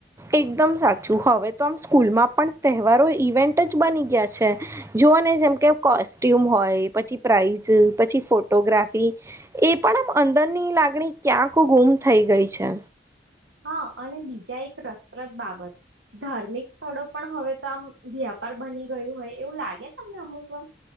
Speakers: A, on the right; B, on the right.
A: એકદમ સાચુ હવે, તો આમ સ્કૂલમાં પણ તહેવારો ઇવેન્ટ જ બની ગ્યા છે, જો આપણને જેમ, કે કોસ્ટ્યુમ હોય પછી, પ્રાઇઝ પછી ફોટોગ્રાફી એ પણ અંદરની લાગણી ક્યાંક ગુમ થઈ ગઈ છે.
B: હા, અને, બીજા એક રસપ્રદ બાબત ધાર્મિક સ્થળો પણ હવે તો આમ વ્યાપ ર બની ગયું હોય, એવુ લાગે, તમને અમુક વાર.